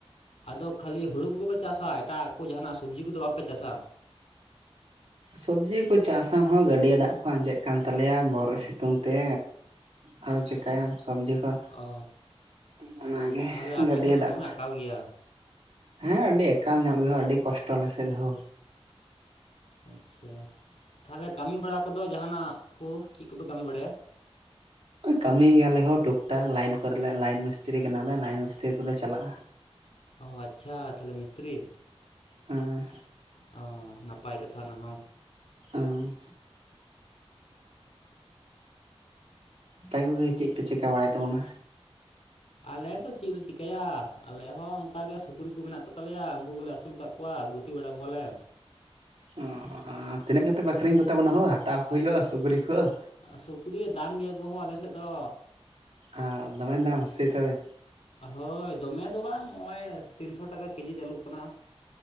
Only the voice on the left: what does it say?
ᱟᱫᱚ ᱠᱷᱟᱹᱞᱤ ᱦᱳᱲᱩ ᱠᱚᱜᱮᱯᱮ ᱪᱟᱥᱟ ᱮᱴᱟᱜ ᱠᱚ ᱡᱟᱦᱟᱱᱟᱜ ᱥᱚᱵᱡᱤ ᱠᱚᱫᱚ ᱵᱟᱝᱯᱮ ᱪᱟᱥᱟ?
ᱚ
ᱛᱟᱦᱚᱞᱮ
ᱟᱯᱮᱴᱷᱮᱫ ᱫᱚ
ᱫᱚᱢᱮ
ᱟᱠᱟᱞ ᱜᱮᱭᱟ᱾
ᱟᱪᱪᱷᱟ ᱛᱟᱦᱚᱞᱮ ᱠᱟᱹᱢᱤ ᱵᱟᱲᱟ ᱠᱚᱫᱚ ᱡᱟᱦᱟᱱᱟᱜ ᱠᱚ ᱪᱮᱫ ᱠᱚᱯᱮ ᱠᱟᱹᱢᱤ ᱵᱟᱲᱟᱭᱟ?
ᱚ ᱟᱪᱪᱷᱟ ᱛᱟᱦᱚᱞᱮ ᱢᱤᱥᱛᱨᱤ
ᱚ ᱱᱟᱯᱟᱭ ᱠᱟᱛᱷᱟ ᱚᱱᱟᱦᱚᱸ
ᱟᱞᱮ ᱫᱚ ᱪᱮᱫ ᱞᱮ ᱪᱤᱠᱟᱹᱭᱟ ᱟᱞᱮ ᱦᱚᱸ ᱚᱱᱠᱟ ᱜᱮ ᱥᱩᱠᱨᱤ ᱠᱚ ᱢᱮᱱᱟᱜ ᱠᱚᱛᱟᱞᱮᱭᱟ ᱩᱱᱠᱩ ᱠᱚᱞᱮ ᱟᱹᱥᱩᱞ ᱠᱟᱫ ᱠᱚ ᱠᱚᱭᱟ ᱜᱩᱯᱤ ᱵᱲᱟᱟ ᱠᱚᱭᱟᱞᱮ᱾
ᱥᱩᱠᱨᱤ ᱫᱟᱢ ᱜᱮᱭᱟ ᱠᱚ ᱦᱳ ᱟᱞᱮᱥᱮᱫ ᱫᱚ
ᱦᱳᱭ ᱫᱚᱢᱮ ᱫᱚ ᱵᱟᱝ ᱱᱚᱜᱼᱚᱭ ᱛᱤᱱᱥᱚ ᱴᱟᱠᱟ ᱠᱮᱡᱤ ᱪᱟᱹᱞᱩᱜ ᱠᱟᱱᱟ᱾